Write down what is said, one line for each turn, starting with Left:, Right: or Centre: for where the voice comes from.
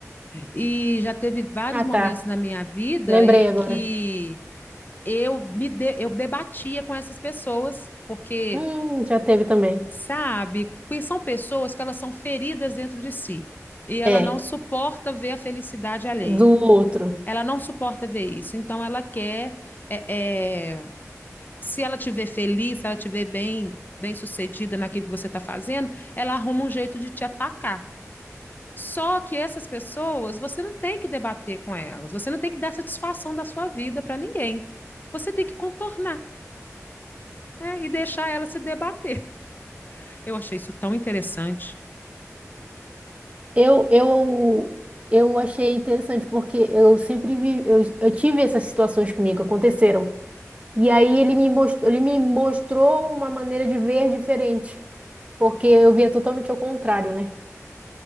Left: E já teve vários
Right: Ah,
Left: momentos
Right: tá.
Left: na minha vida
Right: Lembrei
Left: em
Right: agora.
Left: que eu me de- eu debatia com essas pessoas, porque
Right: Hum, já teve também.
Left: sabe? Porque são pessoas que elas são feridas dentro de si. E ela
Right: É,
Left: não suporta ver a felicidade alheia.
Right: do outro.
Left: Ela não suporta ver isso. Então, ela quer. é, é, se ela te ver feliz, se ela te ver bem, bem sucedida naquilo que você está fazendo, ela arruma um jeito de te atacar. Só que essas pessoas, você não tem que debater com elas. Você não tem que dar satisfação da sua vida para ninguém. Você tem que contornar, né? E deixar ela se debater. Eu achei isso tão interessante.
Right: Eu, eu, eu achei interessante porque eu sempre vi, eu, eu tive essas situações comigo, aconteceram. E aí ele me mostrou, ele me mostrou uma maneira de ver diferente, porque eu via totalmente ao contrário, né?